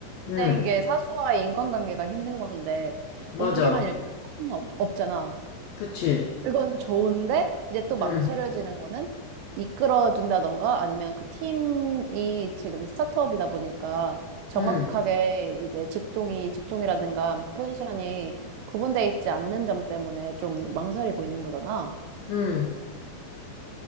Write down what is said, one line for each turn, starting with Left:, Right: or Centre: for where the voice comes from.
Right: 문제인
Left: 음,
Right: 게 사수와의 인간관계가 힘든 건데,
Left: 맞아.
Right: 옮기면 일단 사수는 없, 없잖아.
Left: 그치?
Right: 그건 좋은데, 이제 또 망설여지는
Left: 음,
Right: 거는 이끌어준다던가 아니면 그 팀이 지금 스타트업이다 보니까 정확하게
Left: 음,
Right: 이제 직종이, 직종이라든가 포지션이 구분돼 있지 않는 점 때문에 좀 망설이고 있는 거잖아.
Left: 음,